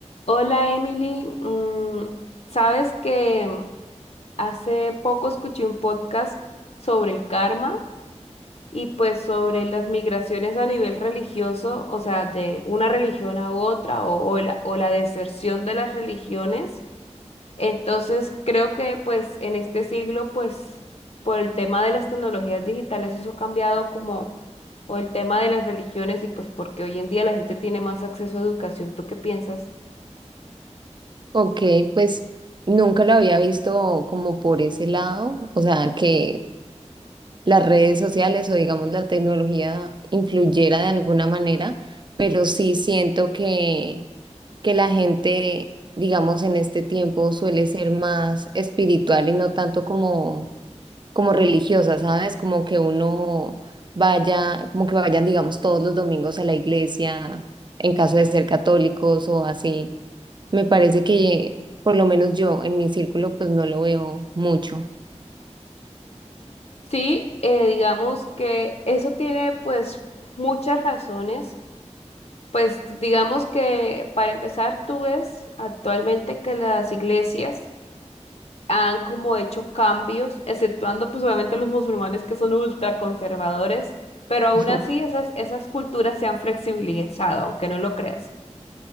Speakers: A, on the left; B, on the right.
A: Hola Emily, Mm, sabes que hace poco escuché un podcast sobre el karma y pues sobre las migraciones a nivel religioso, o sea, de una religión a otra o, o la, o la deserción de las religiones. Entonces creo que pues en este siglo pues por el tema de las tecnologías digitales eso ha cambiado como o el tema de las religiones y pues porque hoy en día la gente tiene más acceso a educación. ¿Tú qué piensas?
B: Ok, pues nunca lo había visto como por ese lado, o sea, que las redes sociales o digamos la tecnología influyera de alguna manera, pero sí siento que, que la gente, digamos, en este tiempo suele ser más espiritual y no tanto como, como religiosa, ¿sabes? Como que uno vaya, como que vayan, digamos, todos los domingos a la iglesia, en caso de ser católicos o así. Me parece que, por lo menos yo, en mi círculo, pues no lo veo mucho.
A: Sí, eh, digamos que eso tiene pues muchas razones. Pues digamos que para empezar, tú ves actualmente que las iglesias han como hecho cambios, exceptuando pues obviamente los musulmanes que son ultraconservadores, pero aún
B: <laughs>
A: así esas, esas culturas se han flexibilizado, aunque no lo creas.